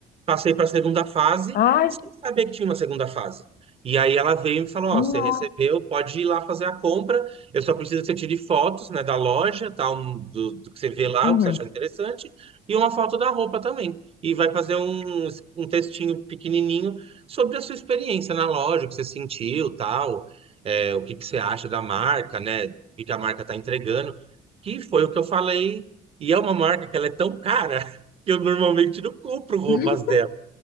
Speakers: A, on the right (about 35°); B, on the left (about 65°).
A: Passei para a segunda fase
B: Ai,
A: sem saber que tinha uma segunda fase. E aí ela veio e me falou, ó,
B: nossa.
A: você recebeu, pode ir lá fazer a compra. Eu só preciso que você tire fotos, né, da loja, tal, um- do, do que você vê lá,
B: Uhum.
A: o que você achar interessante, e uma foto da roupa também. E vai fazer um, um textinho pequenininho sobre a sua experiência na loja, o que você sentiu, tal, é, o que que você acha da marca, né, o que que a marca está entregando que foi o que eu falei e é uma marca que ela é tão cara <laughs> que eu normalmente não compro roupas
B: <laughs>
A: dela.